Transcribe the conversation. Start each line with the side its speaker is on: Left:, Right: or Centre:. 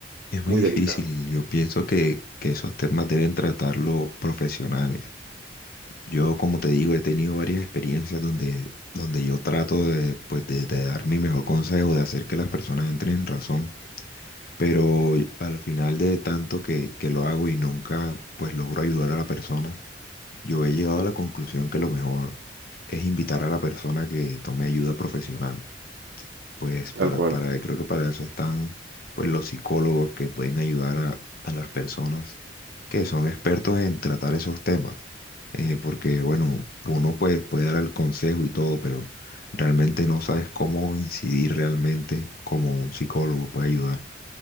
Left: es muy
Right: muy
Left: difícil.
Right: delicado,
Left: Yo pienso que, que esos temas deben tratarlo profesionales. Yo, como te digo, he tenido varias experiencias donde, donde yo trato de, pues, de, de dar mi mejor consejo, de hacer que las personas entren en razón, pero al final de tanto que, que lo hago y nunca pues logro ayudar a la persona, yo he llegado a la conclusión que lo mejor es invitar a la persona que tome ayuda profesional. pues para,
Right: tal cual.
Left: para, creo que para eso están pues los psicólogos que pueden ayudar a, a las personas que son expertos en tratar esos temas. Eh, porque bueno, uno pues, puede dar el consejo y todo, pero realmente no sabes cómo incidir realmente como un psicólogo puede ayudar.